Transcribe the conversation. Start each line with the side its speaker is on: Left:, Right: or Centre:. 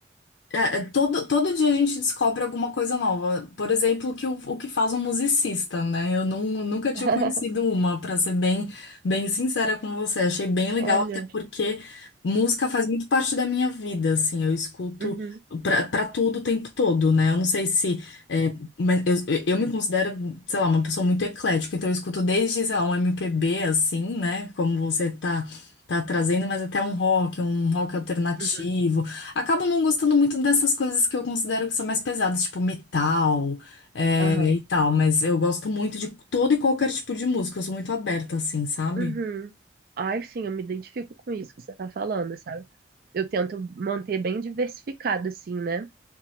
Left: É, é, todo, todo dia a gente descobre alguma coisa nova. Por exemplo, que, o, o que faz um musicista, né? Eu não, nunca tinha
Right: <laughs>
Left: conhecido uma, para ser bem, bem sincera com você. Achei bem legal,
Right: Olha.
Left: até porque música faz muito parte da minha vida, assim. Eu escuto
Right: Uhum,
Left: pra, pra tudo o tempo todo, né? Eu não sei se. é, mas eu, eu me considero, sei lá, uma pessoa muito eclética. Então eu escuto desde, sei lá, um MPB, assim, né? Como você tá. Tá trazendo, mas até um rock, um rock alternativo.
Right: uhum,
Left: Acabo não gostando muito dessas coisas que eu considero que são mais pesadas, tipo metal, é,
Right: aham,
Left: e tal, mas eu gosto muito de todo e qualquer tipo de música, eu sou muito aberta, assim, sabe?
Right: uhum. Ai, sim, eu me identifico com isso que você tá falando, sabe? Eu tento manter bem diversificado, assim, né?